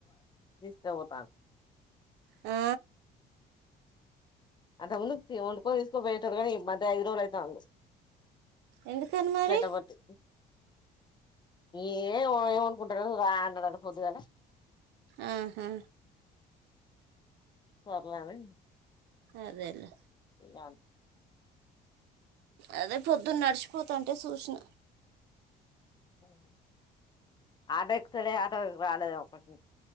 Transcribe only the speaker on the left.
తీసుకుపోతాడు
అంతకు ముందు తి వండుకొని తీసుకో పోయేటోడుగాని ఈమధ్య హీరోలు అయితాండు
సటపట్టు ఏ ఏమనుకుంటారు రా అన్నదిపోద్దుగలా
సర్లే అని
నా
అవును ఆటో ఎకుతలే ఆటోలు రాలేదేమో పటు నుంచి